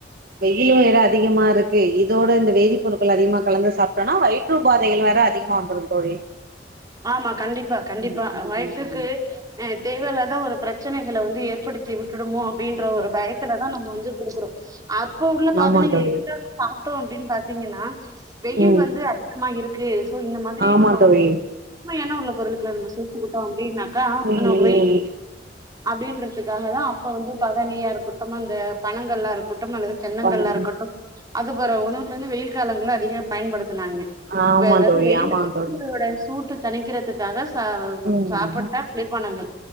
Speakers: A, on the right; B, on the right.
A: வெயிலு வேற அதிகமா இருக்கு இது இதோட இந்த வேதிப்ப பொருட்கள் அதிகமா கலந்து சாப்ட்டோனா வயிற்று உபாதைகள் வேற அதிகமா வந்துரு தோழி
B: ஆமா கண்டிப்பா கண்டிப்பா
A: ம் ம்
B: வயித்துக்கு
A: ம்
B: ஹே தேவையில்லாத ஒரு பிரச்சன ங்கள வந்து ஏற்ப் படுத்தி விட்டுமோ அப்டின்ற ஒரு பயத்துலதா நம்ம வந்து கொடுக்கறோ அப்ப உள்ள பதனிகள்
A: ஆமா தோழி
B: இது தா நம்ம சாப்டோ அப்டின் பாத் பாத்தீங்கன்னா வெயில்
A: ம்
B: வந்து அதிகமா இருக்கு சோ இந்த மாதிரி
A: ஆமா
B: நம்ம வந்
A: தோழி
B: சும்ம ஏன்னா உள்ள பொருளுகளா சொல்லிட்டு போட்ட அப்படின்னாக்கா
A: ம்
B: நமம வெய் அப்டின்றதுக்காகதா அப்ப வந்து பதனியா இருக்கு அப்பறமா இந்த பணங்கள்லாருக் அல்லது தென்னங்கள்லா
A: பண்ணனு
B: இருக்கட்டு அதுப் வற உணவுகருந்து வெயில் காலங்கள்ல அதிக பயன்படுத் ராங்க
A: ஆமா
B: அதாவது
A: தோழி
B: வெயில்
A: ஆமா
B: வெயிலோட
A: தோழி
B: சுட்டு தணிக்கிறதுக்காக சா
A: ம்
B: சாப்புட்ட குளிர்பானங்கள்